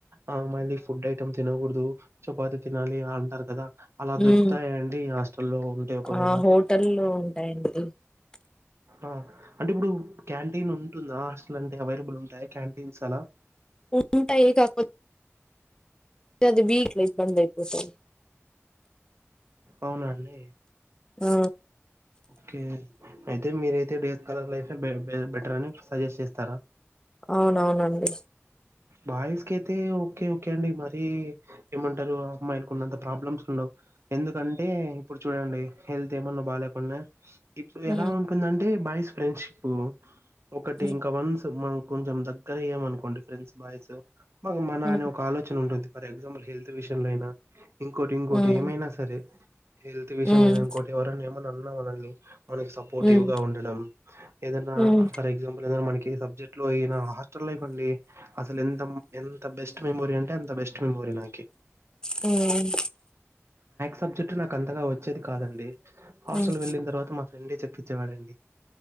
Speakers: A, on the right; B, on the left.
A: ఆ మళ్ళీ ఫుడ్ ఐటెమ్ తినగూడదు చపాతి తినాలి అ అంటారు కదా అలా దొరుకుతాయా
B: ఉమ్
A: అండి హాస్టల్లో ఉంటే ఒకవేళ
B: ఆ హోటల్లో <unintelligible>
A: ఆ అంటే ఇప్పుడు క్యాంటీన్ ఉంటుందా హాస్టల్ అంటే అవైలబుల్ ఉంటాయా క్యాంటీన్స్ అలా
B: ఉంటాయి కాకపోతే అది వీక్లో ఇబ్బందైతే <unintelligible>
A: అవ్నా అండి
B: ఆ
A: కే అయితే మీరయితే డే కలర్ లైఫే బెటర్ అని సజెస్ట్ చేస్తారా
B: అవునవునండి
A: బాయ్స్ క అయితే ఓకే ఓకే అండి మర ఏమంటారు అమ్మాయిలులకు ఉన్నంత ప్రాబ్లమ్స్ ఉండవు ఎందుకంటే ఇప్పుడు చూడండి హెల్త్ ఏమన్నా బాగాలేకుంన్నా ఇప్పుడు
B: ఉమ్
A: ఎలా ఉంటుందంటే బయ ఫ్రెండ్షిప్ ఒకటి
B: ఉమ్
A: ఇంకా వన్స్ మ కొంచెం దగ్గర అయ్యామ అనుకోండి ఫ్రెండ్స్ బాయ్స్ మాకు మన
B: ఉమ్
A: అని ఒక ఆలోచన ఉంటుంది ఫర్ ఎగ్జాంపుల్ హెల్త్ విషయంలో అయినా ఇంకోటి ఇంకోటి
B: ఉమ్
A: ఏమైనా సరే హెల్త్ విషయంనా
B: హ్మ్
A: టి ఎవర ఏని మన సపోర్టివ్
B: హ్మ్
A: గా ఉండ ఏద
B: హ్మ్
A: ఫర్ ఎగ్జాంపుల్ మన ఇ సబ్జెట్ హాస్టల్ లై అండి అస ఎ ఎంత బెస్ట్ మెమోరీ అంటే అంత బెస్ట్ మెమోరీ నా
B: హ్మ్
A: సబ్జెక్టు నాకు అంతగా వచ్చేది కాదండి డి హాస్టల్
B: హ్మ్
A: వెళ్ళిన తర్వాత మా ఫ్రెండ్ చెప్పింది ఇచ్చేవాడండి